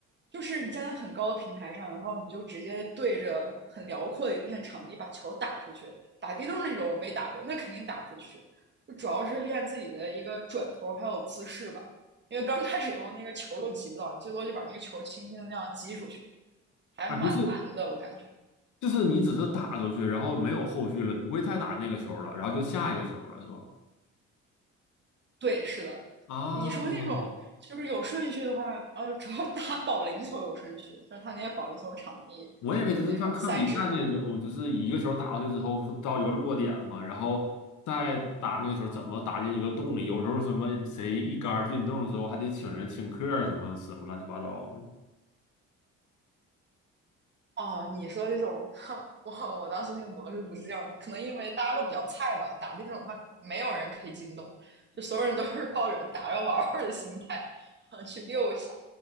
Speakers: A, on the right; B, on the left.
A: 就是你站在很高的平台上，然后你就直接对着很辽阔的一片场地把球打出去。打地洞那种我没打过，那肯定打不出去。就主要是练自己的一个转头还有姿势吧，因为刚开始的时候那个球都击不到，你最多就把那个球轻轻的那样击出去，还蛮难的，
B: 啊，不是，
A: 我感觉。
B: 就是你只是打出去，然后没有后续了，不会再打那个球儿了，然后就下一个球儿了，是吧？
A: 对，是的。
B: 啊，
A: 你说那种就是有顺序的话，呃、啊，主要打保龄球有顺序，就是他那些保龄球场地有那种赛制嘛，
B: 我以为就是像看比赛那种，就是一个球打过去之后不到一个落点嘛，然后再打那个球怎么打进一个洞里？有时候什么谁一杆儿进洞之后，还得请人请客儿什么什么乱七八糟的
A: 哦，你说这种，<laughs> 我我当时那个模式不是这样的，可能因为大家都比较菜吧，打那种的话，没有人可以进洞，就所有人都是抱着打着玩玩的心态，<laughs> 啊，去溜一下